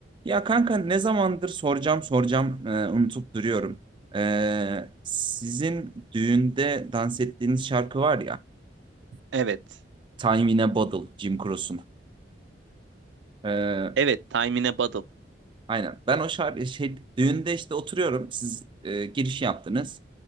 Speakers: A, on the right (about 30°); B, on the right (about 85°).
A: Ya kanka ne zamandır soracağım soracağım e, unutup duruyorum. E, sizin düğünde dans ettiğiniz şarkı var ya.
B: Evet.
A: Time in a Bottle, Jim Croce'un. E,
B: Evet. Time in a Bottle.
A: aynen. Ben o şarkı şey, düğünde işte oturuyorum. Siz e, giriş yaptınız.